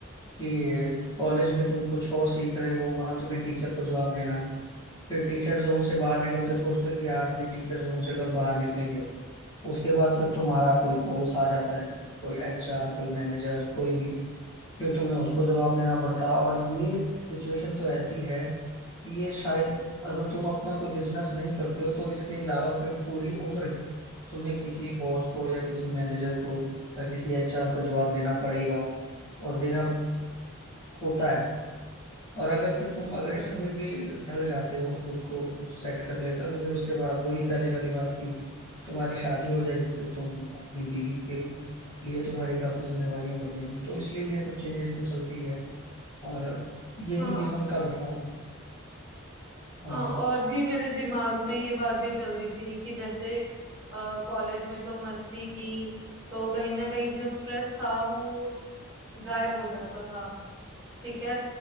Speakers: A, on the left (about 15°); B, on the right (about 20°).
A: कि कॉलेज में तुम कुछ और सीख रहे हो वहां तुम्हें टीचर को जवाब देना है फिर टीचर जोन से बाहर निकलते सोचते हो कि यार ये टीचर जोन से कब बाहर निकलेंगे उसके बाद फिर तुम्हारा कोई बॉस आ जाता है कोई एचआर कोई मैनेजर कोई भी फिर तुम्हें उसको जवाब देना पड़ता है और ये सिचुएशन तो ऐसी है कि ये शायद अगर तुम अपना कोई बिजनेस नहीं करते हो तो इसके अलावा फिर पूरी उम्र तुम्हें किसी बॉस को या किसी मैनेजर को या किसी एचआर को जवाब देना पड़ेगा और देना होता है और अगर फिर तुम अगर
B: हम्म
A: इसमें भी ढल जाते हो खुद को कुछ सेट कर लेते हो तो फिर उसके बाद वही पहले वाली बात की तुम्हारी शादी हो जाएगी फिर तुम अपनी बीवी के लिए तुम्हारी काफी जिम्मेवारियां बढ़ जाएंगी तो इसलिए ये सब चेंजेस तो चलती ही है और यही
B: हाँ
A: जीवन का बदलाव है हाँ
B: हाँ
A: जी
B: और भी मेरे दिमाग में ये बात भी चल रही थी कि जैसे कॉलेज में तो मस्ती की तो कहीं ना कहीं जो स्ट्रेस था वो गायब हो जाता था ठीक है